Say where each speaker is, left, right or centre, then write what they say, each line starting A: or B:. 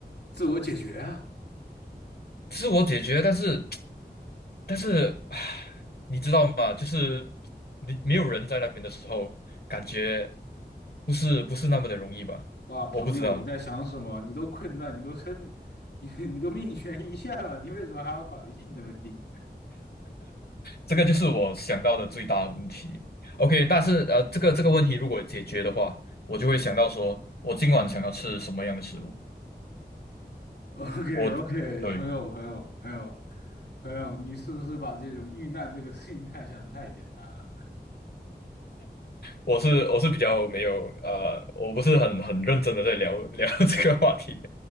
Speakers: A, on the left (about 80°); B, on the left (about 65°).
A: 自我解决啊！
B: 自我解决，但是，但是，唉你知道吗？就是你没有人在那边的时候，感觉不是不是那么的容易吧？
A: 哇，朋友，
B: 我不知道。
A: 你在想什么？你都困在，你都生，你你都命悬一线了，你为什么还要考虑性的问题
B: 这个就是我想到的最大的问题。OK，但是呃，这个这个问题如果解决的话，我就会想到说，我今晚想要吃什么样的食物。
A: ？OK
B: 我对
A: OK，朋友朋友朋友朋友，你是不是把这种遇难这个心态想的太简单了？
B: 我是我是比较没有呃，我不是很很认真的在聊聊 <laughs> 这个话题，